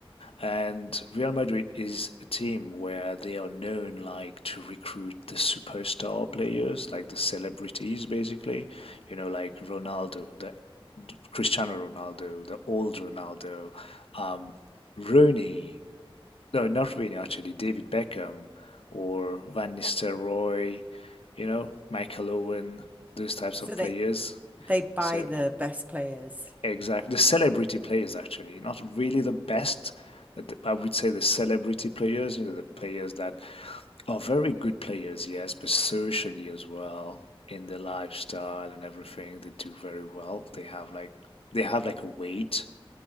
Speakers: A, on the left; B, on the right.
A: And Real Madrid is a team where they are known like to recruit the superstar players, like the celebrities basically, you know, like Ronaldo, the Cristiano Ronaldo, the old Ronaldo, um, Rooney, no, not Rooney actually, David Beckham or Van Nistelrooy, you know, Michael Owen, those types
B: So
A: of
B: they
A: players.
B: they buy
A: So
B: the best players.
A: Exactly. The celebrity players, actually, not really the best. but th- I would say the celebrity players, you know, the players that are very good players, yes, but socially as well, in their lifestyle and everything, they do very well. They have like they have like a weight